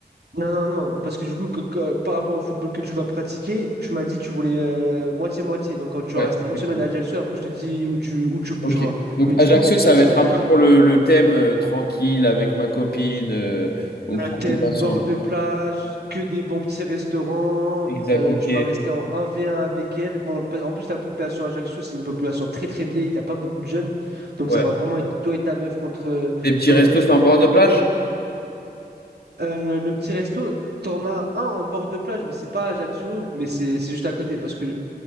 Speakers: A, on the right; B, on the left.
A: Non, non, non. Parce que du coup, que- que- par rapport au football que tu vas pratiquer, tu m'as dit tu voulais euh, moitié-moitié. Donc, euh, tu
B: Ouais,
A: vas rester
B: exactement.
A: une semaine à Ajaccio. Après, je te dis où tu, où tu bougeras.
B: Ok. Donc
A: Mais du
B: Ajaccio,
A: coup, le-
B: ça
A: la
B: va
A: semaine
B: être un
A: à
B: peu
A: Ajaccio.
B: pour le, le thème euh, tranquille avec ma copine, euh, on
A: Le
B: profite
A: thème
B: ensemble.
A: bord de plage, que des bons petits restaurants,
B: Exact,
A: euh,
B: ok.
A: tu vas rester en 1v1 avec elle. Bon, pa- en plus, la population Ajaccio, c'est une population très très vieille, t'as pas beaucoup de jeunes. Donc
B: Ouais.
A: ça va vraiment être toi et ta meuf contre euh,
B: Des petits
A: le
B: restos
A: reste du
B: sur
A: monde,
B: un bord
A: entre
B: de
A: guillemets.
B: plage?
A: Euh, le petit resto, t'en as un en bord de plage, mais c'est pas à Ajaccio, mais c'est c'est juste à côté. Parce que